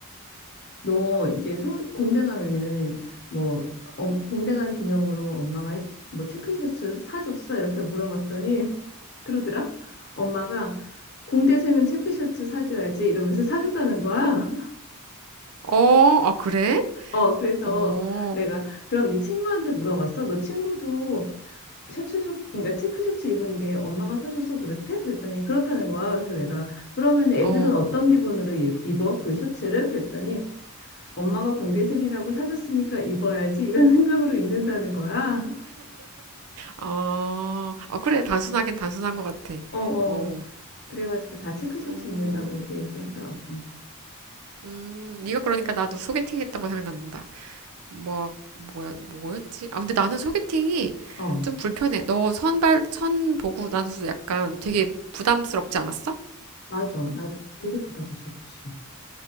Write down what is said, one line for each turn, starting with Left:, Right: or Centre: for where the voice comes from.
Left: 너 이제 서울, 공대 가면은 뭐, 어, 공대 간 기념으로 엄마가 시- 뭐 체크셔츠 사줬어? 이렇게 물어봤더니 <laughs> 그러더라. 엄마가 공대생은 체크셔츠 사줘야지 이러면서 사줬다는 거야.
Right: 어, 아 그래?
Left: 어, 그래서
Right: 어,
Left: 내가 그럼 네 친구한테 물어봤어? 너 친구도 셔츠, 셔 그러니까 체크 셔츠 입은 게 엄마가 사줘서 그렇대? 그랬더니 그렇다는 거야. 그래서 내가 그러면 애들은
Right: 어,
Left: 어떤 기분으로 입- 입어? 그 셔츠를? 그랬더니 엄마가 공대생이라고 사줬으니까 입어야지 이런 <laughs> 생각으로 입는다는 거야.
Right: 아, 아 그래 단순하긴 단순한 것 같아.
Left: 어, 어.
Right: 어,
Left: 그래가지고 다 체크 셔츠
Right: 음.
Left: 입는다고 그 얘기 하더라고.
Right: 음, 네가 그러니까 나도 소개팅 했던 거 생각난다. 뭐, 뭐야, 뭐였지? 아, 근데 나는 소개팅이
Left: 어,
Right: 좀 불편해. 너 선발, 선 보고 나서 약간 되게 부담스럽지 않았어?
Left: 맞아. 나도 되게 부담스러웠어.